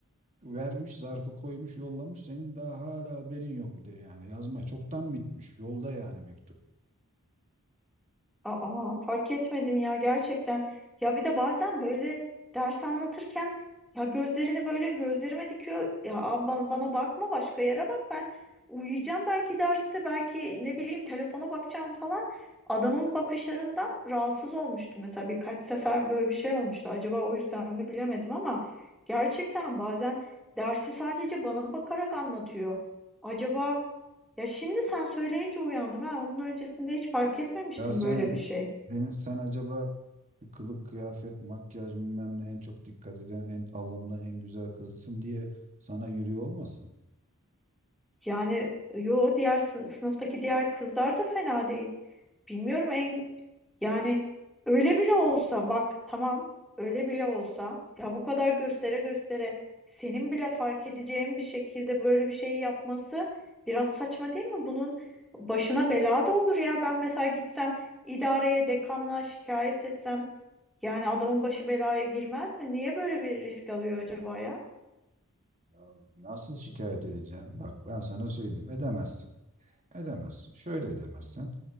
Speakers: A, on the right; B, in the centre.
A: vermiş, zarfı koymuş, yollamış. Senin daha hala haberin yok bile yani. Yazmaya çoktan bitmiş. Yolda yani mektup.
B: Aa, fark etmedim ya gerçekten. Ya bir de bazen böyle ders anlatırken ya gözlerini böyle gözlerime dikiyor. Ya abi bana, bana bakma başka yere bak ben uyuyacağım belki derste belki ne bileyim telefona bakacağım falan. Adamın bakışlarından rahatsız olmuştu mesela birkaç sefer böyle bir şey olmuştu. Acaba o yüzden mi bilemedim ama gerçekten bazen dersi sadece bana bakarak anlatıyor. Acaba ya şimdi sen söyleyince uyandım ha. Onun öncesinde hiç fark etmemiştim
A: Ya sen
B: böyle bir şey.
A: sen, sen acaba şu kılık, kıyafet, makyaj bilmem ne en çok dikkat eden, en alımlı, en güzel kızısın diye sana yürüyor olmasın?
B: Yani e, yo diğer sı- sınıftaki diğer kızlar da fena değil. Bilmiyorum en yani öyle bile olsa bak tamam öyle bile olsa ya bu kadar göstere göstere senin bile fark edeceğin bir şekilde böyle bir şey yapması biraz saçma değil mi? Bunun başına bela da olur ya. Ben mesela gitsem idareye dekanlığa şikayet etsem Yani adamın başı belaya girmez mi? Niye böyle bir risk alıyor acaba ya?
A: Ya nasıl şikayet edeceksin? Bak ben sana söyleyeyim. Edemezsin. Edemezsin. Şöyle edemezsin.